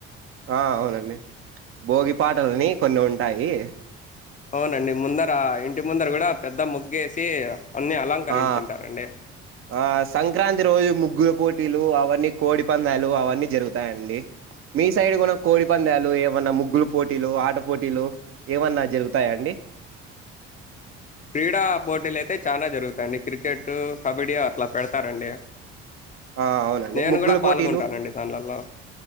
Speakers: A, on the right; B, on the left.
A: ఆ అవునండి భోగి పాటలని కొన్ని ఉంటాయి
B: అవునండి ముందర ఇంటి ముందర కూడా పెద్ద ముగ్గేసి అన్నీ అలంకరించి
A: ఆ
B: ఉంటారండి
A: ఆ సంక్రాంతి రోజు ముగ్గుల పోటీలు అవన్నీ కోడి పందాలు అవన్నీ జరుగుతాయండి మీ సైడ్ కూడా కోడి పందాలు ఏమన్నా ముగ్గులు పోటీలు ఆట పోటీలు ఏమన్నా జరుగుతాయాండి
B: క్రీడా పోటీలు అయితే చాలా జరుగుతాయండి క్రికెట్ కబడ్డీ అట్లా పెడతారండి
A: ఆ అవునండి
B: నేను
A: ముగ్గుల
B: కూడా పాల్గొంటానండి
A: పోటీలు
B: దానిలలో